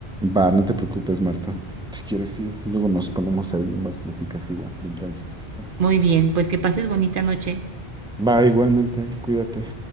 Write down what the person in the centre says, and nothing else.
va, no te preocupes, Marta. Si quieres, sí, luego nos ponemos ahí unas pláticas igual, de intensas.
Va, igualmente, cuídate.